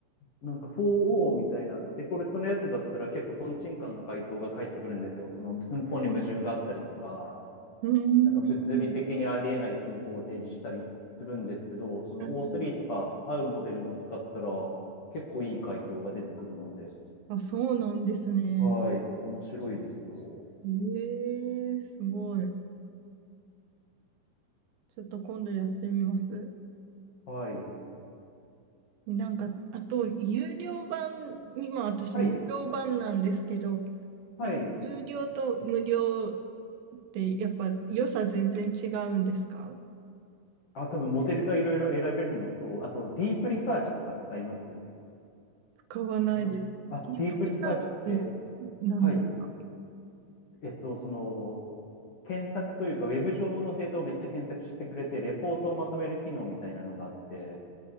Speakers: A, on the left; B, on the right.
A: なんか 4O みたいなデフォルトのやつだったら結構トンチンカンな回答が返ってくるんですよ。その寸法に矛盾があったりとか、
B: うーん。
A: なんか物理的にありえない寸法を提示したりするんですけど、その
B: <laughs>
A: O3 とか合うモデルを使ったら結構いい回答が出てくるので、
B: あ、そうなんですね。
A: はい、面白いですよ。
B: ええ、すごい。ちょっと今度やってみます。
A: はい。
B: なんか、あと、有料版、今私無料版なんですけど、
A: はい。はい。
B: なんか有料と無料ってやっぱ良さ全然違うんですか
A: あ、多分モデルがいろいろ選べるのと、あとディープリサーチとか使います。
B: 使わないです。
A: あ、ま、あ、
B: ディープリサーチって
A: ディープリサーチって、
B: 何ですか
A: はい。えっと、その、検索というか、ウェブ上のデータをめっちゃ検索してくれて、レポートをまとめる機能みたいなのがあって、